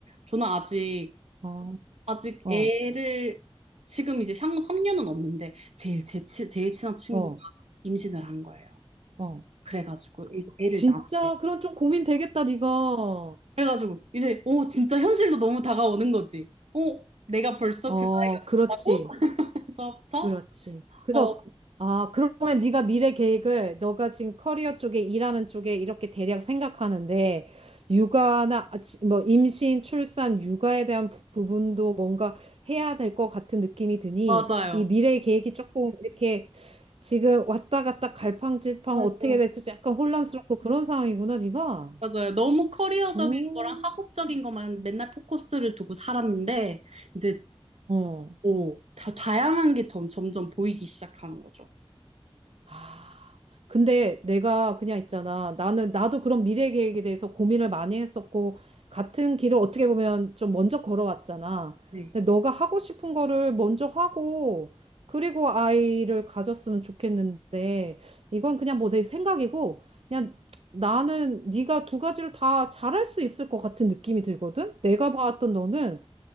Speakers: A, on the right (about 90°); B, on the right (about 70°).
A: 저는 아직
B: 어,
A: 아직
B: 어,
A: 애를 지금 이제 향후 3년은 없는데 제일 제 친- 제일 친한 친구가
B: 어,
A: 임신을 한 거예요.
B: 어.
A: 그래가지고 이제 애를
B: 진짜,
A: 낳았대.
B: 그런 좀 고민 되겠다, 네가.
A: 그래가지고 이제 어 진짜 현실도 너무 다가오는 거지. 어 내가 벌써
B: 어,
A: 그 나이가
B: 그렇지.
A: 됐다고? <laughs> 그래서부터
B: 그렇지. 그래서
A: 어
B: 아, 그러면 네가 미래 계획을 너가 지금 커리어 쪽에 일하는 쪽에 이렇게 대략 생각하는데 육아나 아, 지- 뭐 임신, 출산, 육아에 대한 부- 부분도 뭔가 해야 될 것 같은 느낌이 드니
A: 맞아요.
B: 이 미래 계획이 조금 이렇게 지금 왔다 갔다 갈팡질팡
A: 맞아요.
B: 어떻게 될지 약간 혼란스럽고 그런 상황이구나, 네가.
A: 맞아요. 너무 커리어적인
B: 오,
A: 거랑 학업적인 것만 맨날 포커스를 두고 살았는데 이제
B: 어.
A: 어, 다 다양한 게 더- 점점 보이기 시작하는 거죠.
B: 아. 근데 내가 그냥 있잖아. 나는, 나도 그런 미래 계획에 대해서 고민을 많이 했었고, 같은 길을 어떻게 보면 좀 먼저 걸어왔잖아.
A: 네.
B: 근데 너가 하고 싶은 거를 먼저 하고, 그리고 아이를 가졌으면 좋겠는데, 이건 그냥 뭐 내 생각이고, 그냥 나는 네가 두 가지를 다 잘할 수 있을 것 같은 느낌이 들거든? 내가 봤던 너는